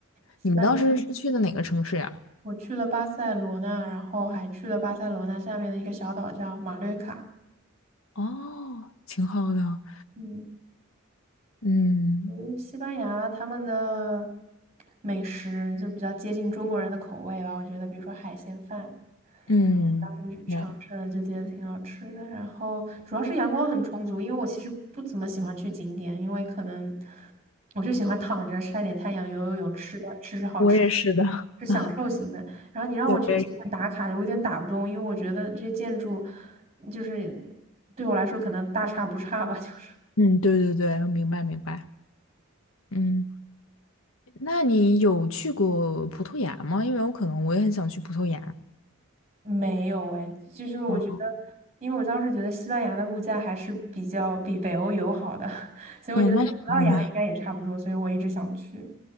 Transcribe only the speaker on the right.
西班牙，
我去了巴塞罗那，然后还去了巴塞罗那下面的一个小岛叫马略卡。
嗯。
嗯，西班牙他们的美食就比较接近中国人的口味吧，我觉得，比如说海鲜饭，
当时尝试了就觉得挺好吃的。
然后主要是阳光很充足，因为我其实不怎么喜欢去景点，因为可能我就喜欢躺着晒点太阳、游游泳、吃的吃吃好吃的，
是享受型的。
然后你让我去景点打卡，
我有点打不动，因为我觉得这些建筑就是对我来说可能大差不差吧，<laughs> 就是。
没有哎，就是我觉得，
因为我当时觉得西班牙的物价还是比较比北欧友好的，<laughs> 所以我觉得跟葡萄牙应该也差不多，
所以我一直想去。